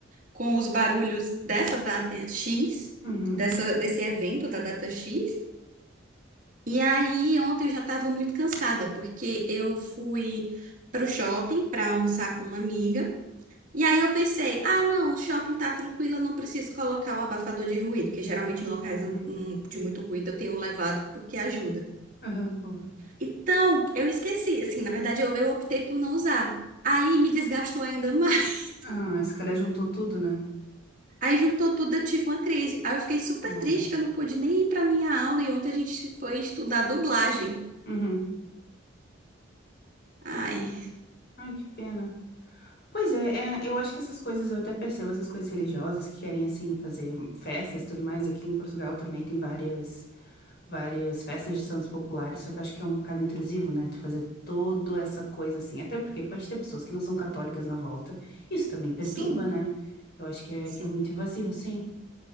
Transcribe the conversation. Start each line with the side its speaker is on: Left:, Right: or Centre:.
Right: com os barulhos dessa data X,
Left: uhum,
Right: dessa, desse evento da data X. E aí, ontem eu já estava muito cansada, porque eu fui para o shopping para almoçar com uma amiga. E aí eu pensei, ah, não, o shopping tá tranquilo, eu não preciso colocar o abafador de ruído, que geralmente em locais
Left: uhum.
Right: hum, de muito ruído eu tenho levado porque ajuda.
Left: Aham, boa.
Right: Então, eu esqueci, assim, na verdade eu, eu optei por não usar. Aí me desgastou ainda mais.
Left: Ah, esse cara juntou tudo, né?
Right: <laughs> Aí juntou tudo, eu tive uma crise. Aí eu fiquei super
Left: Ora.
Right: triste que eu não pude nem ir para minha aula e ontem a gente foi estudar dublagem.
Left: Uhum.
Right: Ai,
Left: Ai, ai, que pena. Pois é, é, eu acho que essas coisas, eu até percebo essas coisas religiosas que querem, assim, fazer festas e tudo mais. Aqui em Portugal também tem várias, várias festas de santos populares, só que eu acho que é um bocado intrusivo, né? Tu fazer toda essa coisa assim. Até porque pode ter pessoas que não são católicas na volta. Isso também perturba,
Right: sim,
Left: né? Eu acho que é,
Right: sim.
Left: que é muito invasivo, sim.